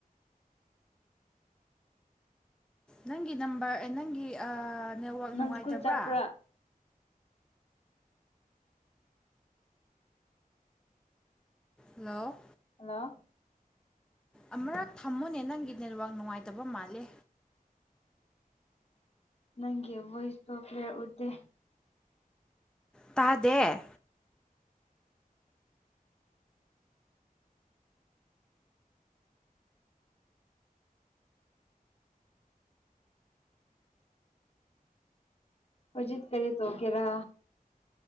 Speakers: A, in the centre; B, on the left.
A: ꯅꯪꯒꯤ ꯅꯝꯕꯔ ꯑꯦ ꯅꯪꯒꯤ ꯅꯦꯠꯋꯥꯛ
B: ꯅꯪ
A: ꯅꯨꯡꯉꯥꯏꯇꯕ꯭ꯔꯥ
B: ꯁ꯭ꯀꯨꯜ ꯆꯠꯄ꯭ꯔꯥ
A: ꯍꯜꯂꯣ
B: ꯍꯜꯂꯣ
A: ꯑꯃꯨꯔꯛ ꯊꯝꯃꯨꯅꯦ ꯅꯪꯒꯤ ꯅꯦꯠꯋꯥꯛ ꯅꯨꯡꯉꯥꯏꯇꯕ ꯃꯥꯜꯂꯦ
B: ꯅꯪꯦ ꯋꯥꯣꯏꯁ ꯇꯂꯤꯌꯥꯎꯗꯦ
A: ꯇꯥꯗꯦ
B: ꯍꯧꯖꯤꯠ ꯀꯔꯤ ꯇꯧꯒꯦꯔ